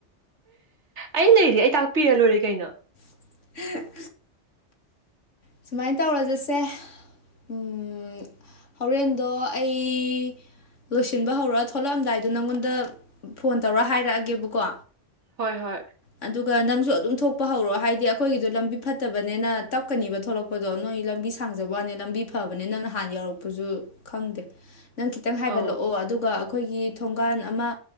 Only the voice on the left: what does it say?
<unintelligible> ꯁꯨꯃꯥꯏ ꯇꯧꯔꯖꯤꯁꯦ ꯎꯝ ꯍꯣꯔꯦꯟꯗꯣ ꯑꯩ ꯂꯣꯏꯁꯤꯟꯕ ꯍꯧꯔ ꯊꯣꯛꯂꯛꯑꯝꯗꯥꯏꯗꯣ ꯅꯪꯉꯣꯟꯗ ꯐꯣꯟ ꯇꯧꯔ ꯍꯥꯏꯔꯛꯑꯒꯦꯕꯀꯣ
ꯑꯗꯨꯒ ꯅꯪꯁꯨ ꯑꯗꯨꯝ ꯊꯣꯛꯄ ꯍꯧꯔꯛꯑꯣ ꯍꯥꯏꯗꯤ ꯑꯩꯈꯣꯏꯒꯤꯗꯣ ꯂꯝꯕꯤ ꯐꯠꯇꯕꯅꯤꯅ ꯇꯞꯀꯅꯤꯕ ꯊꯣꯛꯂꯛ ꯄꯗꯣ ꯅꯣꯏ ꯂꯝꯕꯤ ꯁꯥꯡꯖꯕꯣ ꯋꯥꯅꯦ ꯂꯝꯕꯤ ꯐꯕꯅꯦ ꯅꯪꯅ ꯍꯥꯟꯅ ꯌꯧꯔꯛꯄꯁꯨ ꯈꯪꯗꯦ ꯅꯪ ꯈꯤꯇꯪ ꯍꯥꯏꯒꯠꯂꯛꯑꯣ
ꯑꯗꯨꯒ ꯑꯩꯈꯣꯏꯒꯤ ꯊꯣꯡꯒꯥꯟ ꯑꯃ